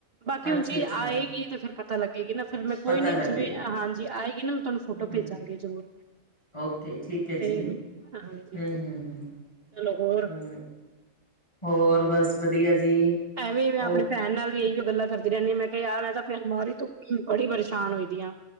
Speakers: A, on the right; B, on the left.
A: ਬਾਕੀ
B: ਅੱਛਾ
A: ਹੁਣ ਚੀਜ਼,
B: ਅੱਛਾ
A: ਆਏਗੀ ਤੇ ਫੇਰ ਪਤਾ। ਪਤਾ ਲੱਗੇਗੀ ਨਾ। ਫੇਰ ਮੈਂ,
B: ਪਤਾ
A: ਕੋਈ ਨੀ,
B: ਲੱਗੇਗਾ
A: ਜਿਵੇਂ। ਹਾਂਜੀ, ਆਏਗੀ ਨਾ, ਮੈਂ ਤੁਹਾਨੂੰ ਫੋਟੋ
B: ਹੂੰ ਹੂੰ
A: ਭੇਜਾਂਗੀ। ਜ਼ਰੂਰ।
B: ਓਕੇ ਠੀਕ ਐ ਜੀ
A: ਤੇ ਹਾਂਜੀ
B: ਹੂੰ ਹੂੰ ਹੂੰ,
A: ਚਲੋ, ਹੋਰ?
B: ਹੂੰ ਹੋਰ, ਬਸ ਵਧੀਆ ਜੀ।
A: ਐਵੇਂ ਮੈਂ,
B: ਉਹ
A: ਆਪਣੀ ਭੈਣ ਨਾਲ ਵੀ, ਇਹੀ ਗੱਲਾਂ ਕਰਦੀ ਰਹਿੰਦੀ ਹਾਂ। ਮੈਂ ਕਿਹਾ, ਆਹ ਮੈਂ ਤਾਂ। ਆਪਣੀ ਅਲਮਾਰੀ, ਤੋਂ ਬੜੀ ਪਰੇਸ਼ਾਨ, ਹੋਈ ਦੀ ਆ।